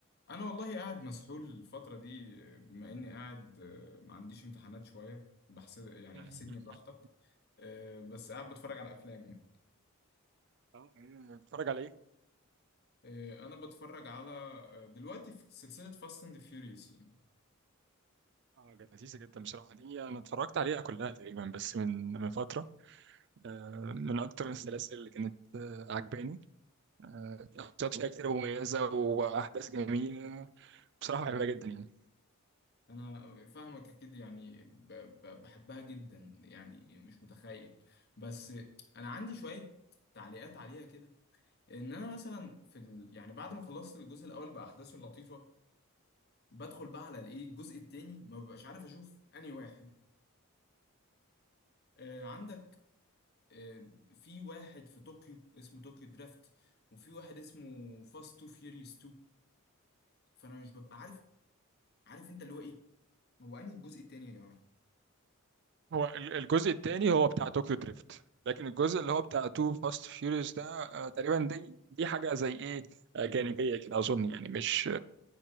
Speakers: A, on the left; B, on the right.
A: انا والله قاعد مسحول الفتره دي بما اني قاعد آه، ما عنديش امتحانات شويه بحسد يعني
B: <laughs>
A: احسدني براحتك آه، بس قاعد بتفرج على افلام يعني
B: اه إيه، بتتفرج على ايه؟
A: آه، انا بتفرج على آه، دلوقتي في سلسله فاست اند فيوريوس يعني
B: اه كانت لذيذة جدا بصراحة دي انا اتفرجت عليها كلها تقريبا بس من من فترة آه، من اكتر السلاسل اللي كانت آه، عجباني آه، شخصيات فيها كتير مميزة واحداث جميلة بصراحة بحبها جدا يعني
A: انا فاهمك اكيد يعني ب- ب- بحبها جدا يعني مش متخيل بس انا عندي شوية تعليقات عليها كده ان انا مثلا في ال... يعني بعد ما خلصت الجزء الاول باحداثه اللطيفة بدخل بقى على الايه الجزء التاني ما ببقاش عارف اشوف انهي واحد آه عندك آه في واحد في طوكيو اسمه طوكيو درافت وفي واحد اسمه فاست تو فيوريوس 2 فانا مش ببقى عارف عارف انت اللي هو ايه هو انهي الجزء التاني يا جماعة
B: هو ال- الجزء الثاني هو بتاع طوكيو دريفت لكن الجزء اللي هو بتاع تو فاست فيوريوس ده آه، تقريبا دي دي حاجه زي ايه آه، جانبيه كده اظن يعني مش